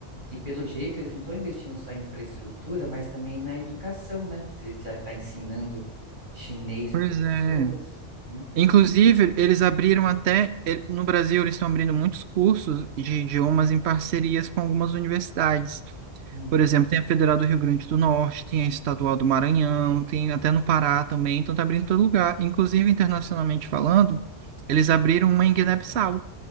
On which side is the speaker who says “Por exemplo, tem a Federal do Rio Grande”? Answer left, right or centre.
Right